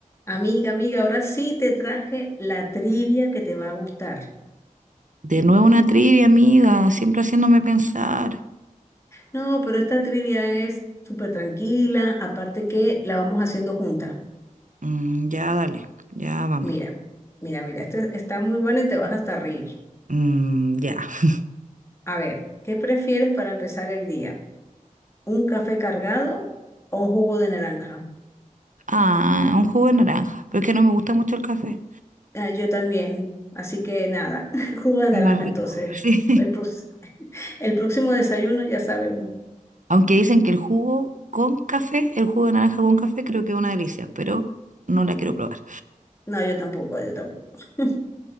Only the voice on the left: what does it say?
Amiga, amiga, ahora sí te traje la trivia que te va a gustar.
No, pero esta trivia es súper tranquila, aparte que la vamos haciendo junta.
Mira, mira, mira, esta está muy buena y te vas hasta a reír.
A ver, ¿qué prefieres para empezar el día? ¿Un café cargado o un jugo de naranja?
Ah, yo también, así que nada, <laughs> jugo de
naranja
entonces.
El, prox- el próximo desayuno ya sabemos.
No, yo tampoco, yo tampoco. <laughs>